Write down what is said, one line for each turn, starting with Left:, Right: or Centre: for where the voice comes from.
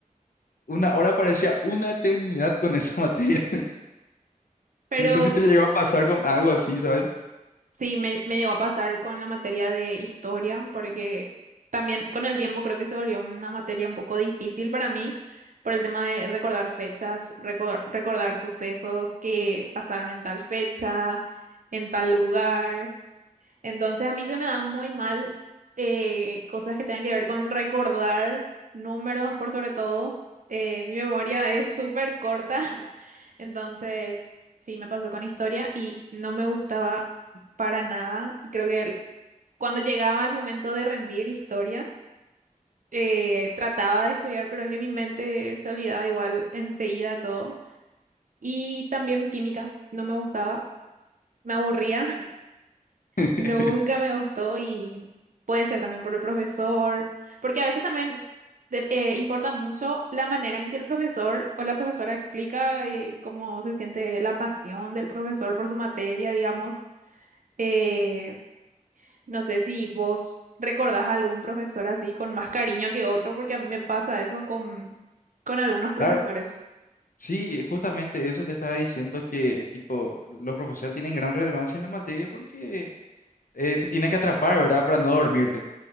Left: Una hora parecía una eternidad con esa <laughs> materia.
Right: Pero
Left: No sé si te llegó a pasar con algo así, ¿sabes?
Right: sí, me, me llegó a pasar con la materia de historia, porque también con el tiempo creo que se volvió una materia un poco difícil para mí por el tema de recordar fechas, recor- recordar sucesos que pasaron en tal fecha, en tal lugar. Entonces a mí se me dan muy mal eh, cosas que tengan que ver con recordar números por sobre todo. Eh, mi memoria es súper corta, <laughs> entonces sí me pasó con historia y no me gustaba para nada. Y creo que el- cuando llegaba el momento de rendir historia, eh, trataba de estudiar, pero es que mi mente se olvidaba igual enseguida todo. Y también química, no me gustaba, me aburría.
Left: <laughs>
Right: Nunca me gustó y puede ser también por el profesor, porque a veces también de- eh, importa mucho la manera en que el profesor o la profesora explica eh, cómo se siente la pasión del profesor por su materia, digamos. Eh, no sé si vos recordás a algún profesor así con más cariño que otro, porque a mí me pasa eso con, con algunos profesores.
Left: Claro, sí, justamente eso te estaba diciendo que, tipo, los profesores tienen gran relevancia en la materia porque eh, te tienen que atrapar, ¿verdad? Para no dormirte.